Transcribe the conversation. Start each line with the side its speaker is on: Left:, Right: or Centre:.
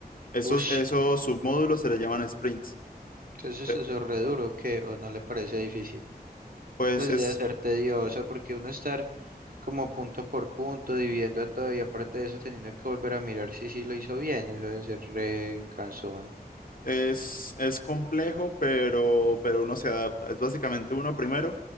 Left: Esos,
Right: Ush.
Left: esos submódulos se les llaman sprints.
Right: Entonces
Left: Eh,
Right: eso es re duro, ¿qué? ¿O no le parece difícil?
Left: Pues
Right: Pues
Left: es,
Right: debe ser tedioso porque uno estar como punto por punto, dividiendo todo y aparte de eso teniendo que volver a mirar si sí lo hizo bien, eso debe ser re cansón.
Left: es, es complejo, pero, pero uno se adapta. Es básicamente uno primero.